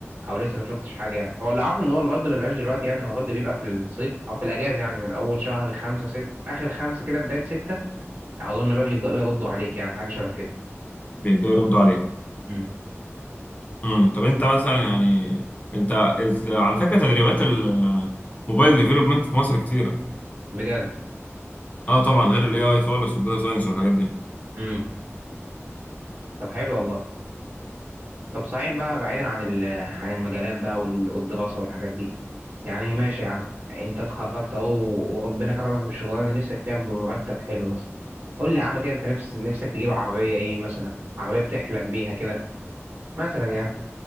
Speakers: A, on the right; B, on the left.
A: او لسه ما شفتش حاجه يعني هو اللي عارف ان هو الرد ما بيبقاش دلوقتي يعني الرد بيبقى في الصيف او في الاجازه يعني من اول شهر خمسة ست اخر خمسة كده بدايه ستة اظن بقى بيبداوا يردوا عليك يعني حاجه شبه
B: بيبدأوا يردوا عليك
A: كده
B: امم طب انت مثلا يعني انت ال- على فكرة تدريبات الموبايل ديفلوبمنت في مصر كتيرة
A: بجد
B: اه طبعا غير الاي اي خالص والداتا ساينس والحاجات دي
A: امم طب حلو والله طب صحيح بقى بعيدا عن ال... عن المجالات بقى وال- والدراسه والحاجات دي يعني ماشي يا عم انت اتخرجت اهو وربنا كرمك بالشغلانه اللي نفسك فيها بمرتب حلو مثلا قول لي يا عم كده انت نفس نفسك تجيب عربيه ايه مثلا عربيه بتحلم بيها كده مثلا يعني